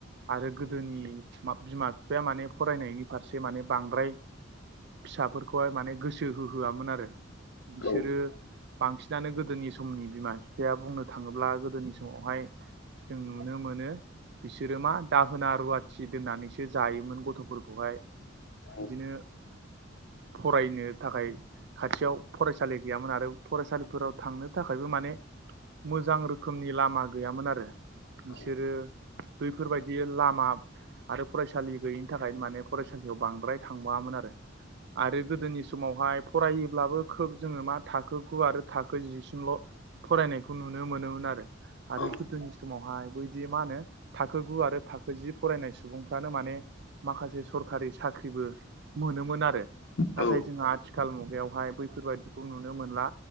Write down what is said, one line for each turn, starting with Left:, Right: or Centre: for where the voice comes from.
Right: आरो गोदोनि मा बिमा बिफाया माने फरायनायनि फारसे माने बांद्राय फिसाफोरखौहाय माने गोसो होहोआमोन आरो बिसोरो
Left: औ
Right: बांसिनानो गोदोनि समनि बिमा बिफाया बुंनो थाङोब्ला गोदोनि समावहाय जों नुनो मोनो बिसोरो मा दाहोना रुवाथि दोननानैसो जायोमोन गथ'फोरखौहाय।
Left: औ
Right: बिदिनो फरायनो थाखाय खाथियाव फरायसालि गैयामोन आरो फरायसालिफोराव थांनो थाखायबो माने मोजां रोखोमनि लामा गैयामोन आरो।
Left: औ
Right: बिसोरो बैफोरबायदि लामा आरो फरायसालि गैयिनि थाखायनो माने फरायसालियाव बांद्राय थांबाङामोन आरो। आरो गोदोनि समावहाय फरायोब्लाबो खोब जोङो मा थाखो गु आरो थाखो जिसिमल' फरायनायखौ नुनो मोनोमोन आरो
Left: औ
Right: आरो गोदोनि समावहाय बैदि मा होनो थाखो गु आरो थाखो जि फरायनाय सुबुंफ्रानो माने माखासे सरखारि साख्रिबो मोनोमोन आरो। नाथाय
Left: औ
Right: जोंहा आथि खाल मुगायावहाय बैफोरबायदिखौ नुनो मोनला।